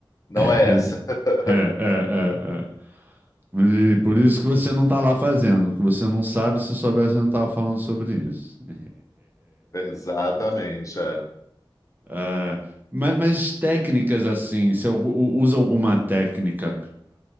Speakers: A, on the left; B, on the right.
A: não
B: <laughs>
A: é essa. <laughs>
B: É, é, é, é. E por isso que você não tá lá fazendo, porque você não sabe, se soubesse, eu não tava falando sobre isso. <laughs>
A: Exatamente, é.
B: Ah, ma- mas, técnicas assim, você algu- u- usa alguma técnica